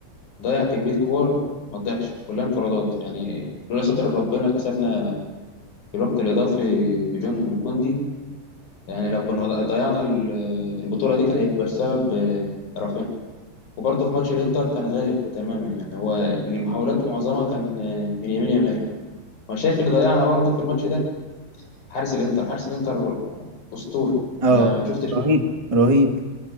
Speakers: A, on the left; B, on the right.
A: ضيع كمية كور ما تضيعش كلها انفرادات يعني لولا ستر ربنا كسبنا في الوقت الإضافي بجون كوندي يعني لو كنا ضيعنا ال- البطولة دي كان هيبقى السبب آه، رافينيا وبرضه في ماتش الإنتر كان غايب تماما يعني هو المحاولات معظمها كان آه، من يمين يمال ما شايف اللي ضيعنا برضه في الماتش ده حارس الإنتر حارس الإنتر أسطوري
B: اه
A: أنا ما شفتش
B: رهيب رهيب